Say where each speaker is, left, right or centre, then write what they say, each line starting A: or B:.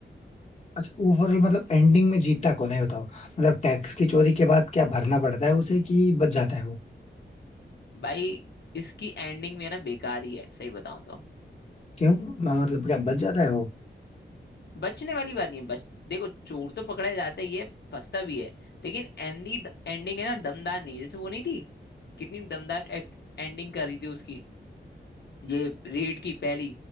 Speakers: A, on the left; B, on the left.
A: अच्छा ओवरऑल मतलब एंडिंग में जीतता कौन है ये बताओ मतलब टैक्स की चोरी के बाद क्या भरना पड़ता है उसे कि बच जाता है
B: भाई इसकी एंडिंग भी है ना बेकार ही है सही बताऊं तो
A: क्यों मैं मतलब क्या बच जाता है वो
B: बचने वाली बात नहीं है बस देखो चोर तो पकड़ा जाता ही है फंसता भी है लेकिन एंडी एंडिंग है ना दमदार नहीं है। जैसे वो नहीं थी कितनी दमदार एंडिंग कर रही थी उसकी ये रेड की पहली